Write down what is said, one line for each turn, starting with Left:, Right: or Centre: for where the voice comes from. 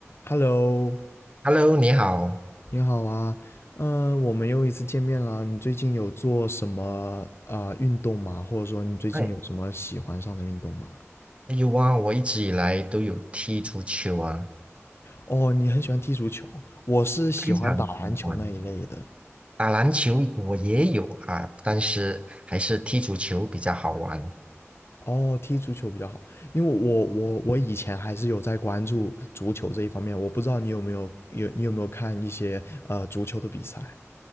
Left: Hello，
Right: Hello，你好。
Left: 你好啊，嗯，我们又一次见面啦。你最近有做什么啊、呃运动吗？或者说你最近有什么喜欢上的运动吗？
Right: 哎，哎呦哇，我一直以来都有踢足球啊，
Left: 哦，你很喜欢踢足球，我是喜欢打篮球那一类的。
Right: 非常喜欢。打篮球我也有啊，但是还是踢足球比较好玩。
Left: 哦，踢足球比较好，因为我我我以前还是有在关注足球这一方面。我不知道你有没有有你有没有看一些呃足球的比赛？